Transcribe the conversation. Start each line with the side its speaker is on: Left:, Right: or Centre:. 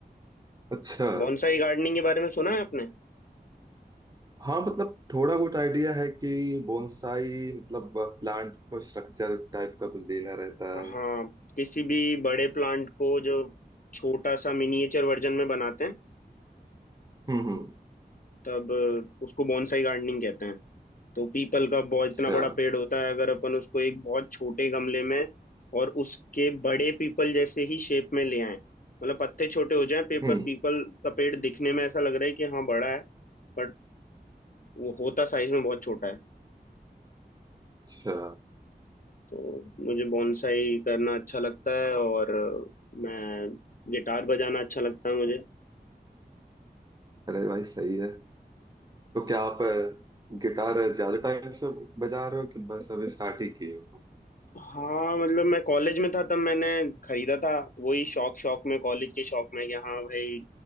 Right: अच्छा
Left: बॉन्साई गार्डनिंग के बारे में सुना है आपने
Right: हाँ मतलब थोड़ा बहुत आइडिया है कि बोनसाई मतलब प्लांट को स्ट्रक्चर टाइप का कुछ देना रहता है
Left: हाँ किसी भी बड़े प्लांट को जो छोटा सा मिनिएचर वर्जन में बनाते हैं
Right: हम्म हम्म,
Left: तब उसको बॉन्साई गार्डनिंग कहते हैं तो पीपल का बहुत
Right: अच्छा
Left: इतना बड़ा पेड़ होता है अगर अपन उसको एक बहुत छोटे गमले में और उसके बड़े पीपल जैसे ही शेप में ले आए मतलब पत्ते छोटे हो जाएं पेपर
Right: हम्म
Left: पीपल का पेड़ दिखने में ऐसा लग रहा है कि हाँ बड़ा है बट वो होता साइज में बहुत छोटा है
Right: अच्छा
Left: तो मुझे बॉन्साई करना अच्छा लगता है और मैं गिटार बजाना अच्छा लगता है मुझे
Right: अरे भाई सही है तो क्या आप अ, गिटार ज्यादा टाइम से बजा रहे हो कि बस अभी स्टार्ट ही किए हो
Left: हाँ मतलब मैं कॉलेज में था तब मैंने खरीदा था वही शौक शौक में कॉलेज के शौक में कि हाँ भाई